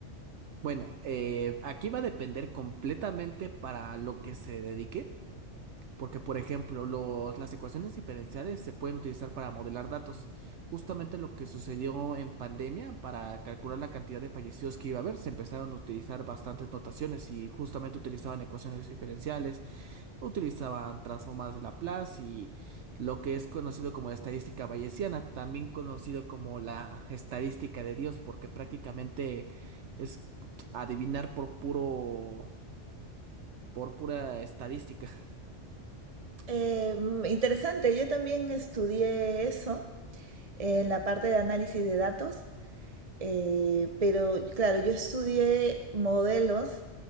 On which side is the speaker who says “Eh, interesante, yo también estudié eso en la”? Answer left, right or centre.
Right